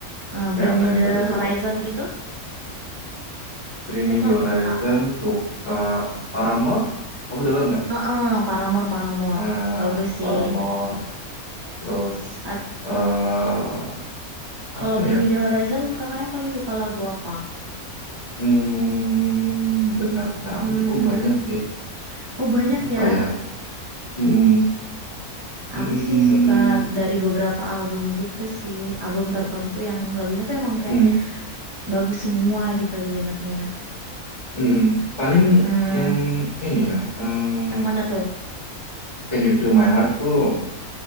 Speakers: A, on the right; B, on the left.
A: eh,
B: Kayak
A: Bring
B: apa
A: Me
B: yang
A: the
B: baru
A: Horizon
B: coba?
A: gitu,
B: Bring
A: suka
B: Me The
A: nggak
B: Horizon,
A: Kak?
B: suka Paramore. Kamu denger nggak?
A: Ah, Paramore, Paramore.
B: Ah,
A: Bagus sih.
B: Paramore. Terus
A: Ad-
B: eh
A: ke- Kalau
B: apa
A: Bring
B: ya?
A: Me The Horizon, kakaknya paling suka lagu apa?
B: Hmm, bentar, bentar.
A: Hmm,
B: Aku cukup banyak sih.
A: oh banyak
B: Apa
A: ya.
B: ya? Hmm, hmm,
A: Aku sih suka dari beberapa album gitu sih. Album tertentu yang lagunya tuh emang kayak
B: hmm, hmm.
A: bagus semua gitu didengarnya.
B: hmm. Paling
A: Mm-mm.
B: yang ini ya. em,
A: Yang mana tuh?
B: Can You Feel My Heart tuh.